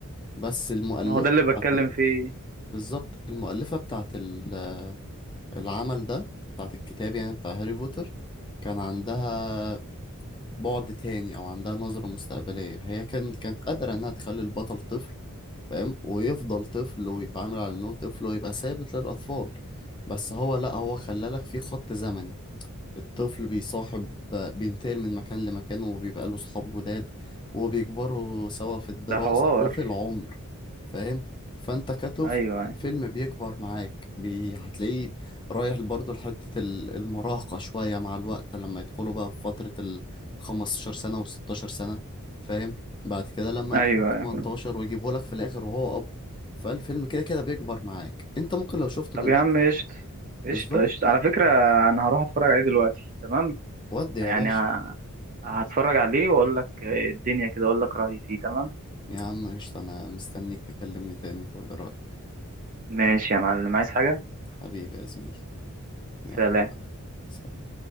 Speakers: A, on the left; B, on the right.
A: بس المؤلفه
B: ما هو ده اللي بتكلم
A: بتاعت ال...
B: فيه
A: بالظبط المؤلفه بتاعت ال... العمل ده بتاعت الكتاب يعني بتاع هاري بوتر كان عندها بعد تاني او عندها نظره مستقبليه هي كانت كانت قادره انها تخلي البطل طفل فاهم ويفضل طفل ويتعامل على انه طفل ويبقى ثابت للاطفال بس هو لا هو خلالك في خط زمني الطفل بيصاحب بينتقل من مكان لمكان وبيبقى له صحاب جداد وبيكبروا سوا في الدراسة
B: ده حوار
A: وفي العمر فاهم فانت كطفل
B: ايوه
A: الفيلم بيكبر معاك بي... هتلاقيه رايح برضه لحتة ال- المراهقة شوية مع الوقت لما يدخلوا بقى في فترة ال 15 سنة و 16 سنة فاهم بعد كده لما
B: ايوه
A: يدخل
B: ايوه
A: 18 ويجيبه لك في الآخر وهو أب فالفيلم كده كده بيكبر معاك انت ممكن لو شفته
B: طب
A: دلوقتي
B: يا عم قشطة قشطة
A: بالظبط
B: قشطة على فكرة انا هروح اتفرج عليه دلوقتي تمام
A: ودي
B: يعني
A: يا باشا
B: ه- هتفرج عليه واقول لك الدنيا كده اقول لك رأيي فيه تمام
A: يا عم قشطة أنا مستنيك تكلمني تاني تقول لي رأيك
B: ماشي يا معلم عايز حاجة
A: حبيبي يا زميلي
B: سلام
A: يلا سلام